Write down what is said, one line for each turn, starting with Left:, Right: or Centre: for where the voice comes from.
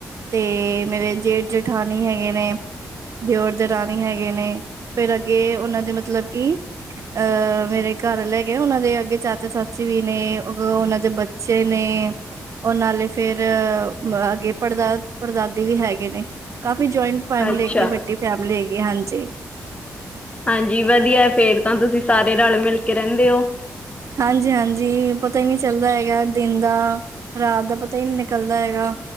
Right: ਤੇ ਮੇਰੇ ਜੇਠ ਜੇਠਾਨੀ ਹੈਗੇ ਨੇ ਦਿਓਰ ਦੇਰਾਣੀ ਹੈਗੇ ਨੇ ਫੇਰ ਅੱਗੇ ਉਨਾਂ ਦੇ ਮਤਲਬ ਕਿ ਅ ਮੇਰੇ ਘਰ ਆਲੈ ਐਗ ਉਨਾਂ ਦੇ ਅੱਗੇ ਚਾਚਾ ਚਾਚੀ ਵੀ ਨੇ ਉਨਾਂ ਦੇ ਬਚ ਚੇ ਨੇੇ ਓ ਨਾਲੇ ਫੇਰ ਅੱਗੇ ਪੜਦਾ ਪੜਦਾਦੀ ਵੀ ਹੈਗੇ ਨੇ ਕਾਫੀ ਜੁਆਇੰਟ ਫੈਮਿਲੀ
Left: ਅੱਛਾ।
Right: ਹੈਗੀ, ਵੱਡੀ ਫੈਮਿਲੀ ਹੈਗੀ ਹਾਂਜੀ।
Left: ਹਾਂਜੀ ਵਦੀਆ ਫੇਰ ਤਾਂ ਤੁਸੀਂ ਸਾਰੇ ਰਲ ਮਿਲ ਕੇ ਰੇਂਦੇ ਓ।
Right: ਹਾਂਜੀ-ਹਾਂਜੀ, ਪਤਾ ਈ ਨੀ ਚੱਲਦਾ ਹੈਗਾ ਦਿਨ ਦਾ ਰਾਤ ਦਾ ਪਤਾ ਈ ਨੀ ਨਿਕਲਦਾ ਹੈਗਾ